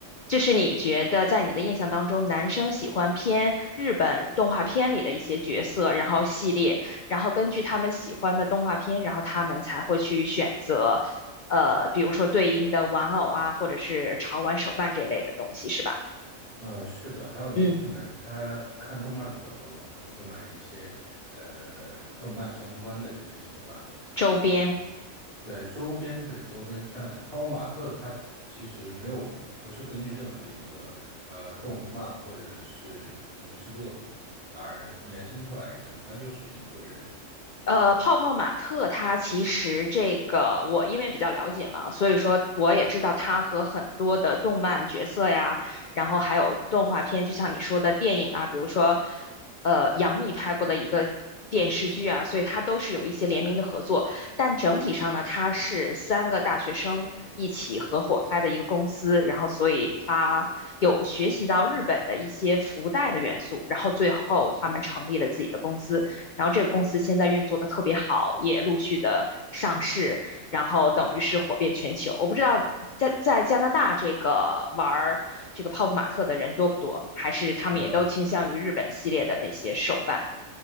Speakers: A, on the left (about 65°); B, on the right (about 20°).
A: 就是你觉得在你的印象当中，男生喜欢偏日本动画片里的一些角色，然后系列，然后根据他们喜欢的动画片，然后他们才会去选择，呃，比如说对应的玩偶啊，或者是潮玩手办这类的东西，是吧？
B: 呃，是的，还有一部分男生他看动漫比较多吧，
A: 嗯，
B: 可能会买一些呃动漫相关的这些手办，
A: 周边。
B: 呃，对周边，对周边，但泡泡玛特它其实没有，不是根据任何一个呃动漫或者是影视作品而延伸出来一个产品，它就是一个人，
A: 呃，泡泡玛特它其实这个我因为比较了解嘛，所以说我也知道它和很多的动漫角色呀，然后还有动画片，就像你说的电影啊，比如说呃杨幂拍过的一个电视剧啊，所以它都是有一些联名的合作。但整体上呢，它是三个大学生一起合伙开的一个公司，然后所以它有学习到日本的一些福袋的元素，然后最后他们成立了自己的公司。然后这个公司现在运作的特别好，也陆续的上市，然后等于是火遍全球。我不知道在在加拿大这个玩这个泡泡玛特的人多不多，还是他们也都倾向于日本系列的那些手办。
B: 呃。